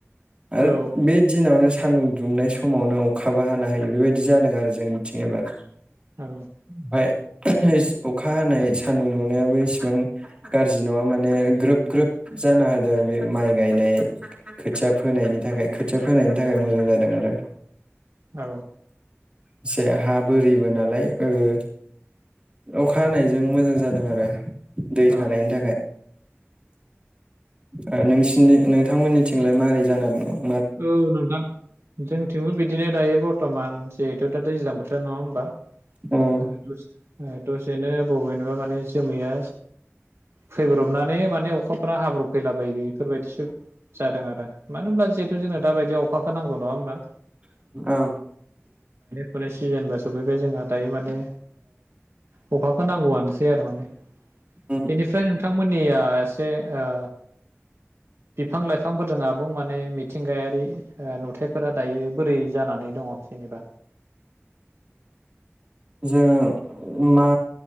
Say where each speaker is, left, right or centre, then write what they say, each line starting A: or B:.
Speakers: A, on the right; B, on the right.
A: आरो
B: औ
A: बे दिनावनो सान्दुं दुंनाय समावनो अखाबो हानो हायो बेबायदि जादों आरो जोंनिथिं एबार
B: औ।
A: ओमफाय अखा हानाय सान्दुं नुंनायाबो इसिबां गाज्रि नङा माने ग्रोब ग्रोब जाना होदों बे माइ गायनाय खोथिया फोनायनि थाखाय खोथिया फोनायनि थाखाय मोजां जादों आरो।
B: औ।
A: एसे हा बोरिबो ना लाय ओ अखा हानायजों मोजां जादों आरो। दै
B: औ
A: थानायनि थाखाय ओ नोंसिनि नोंथांमोननि लाय मारै जानानै दं?
B: औ नोंथां जोंथिंबो बिदिनो दायो बरथमान जि दाथ' दैज्लां बोथोर नङा होनबा
A: दालाय
B: <unintelligible> बेनो बबेनिबा माने जोमैया फैब्रबनानै माने अखाफोरा हाब्रब फैला बायो बेफोरबायदिसो जादों आरो मानो होनब्ला ज जोंनो दा बायदियाव अखाखौ नांगौ नङा होनबा
A: औ।
B: फोनाय सिजेनबो सफैबाय जोंहा दायो माने ओ अखाखौ नांगौआनो <unintelligible>
A: औ
B: बेनिफ्राय नोंथां मोननिया एसे ओ बिफां लाइफांफोरजों आबुं माने मिथिंगायारि ओ नुथायाइफोरा दायो बोरै जानानै दङ जेनेबा।
A: जों मा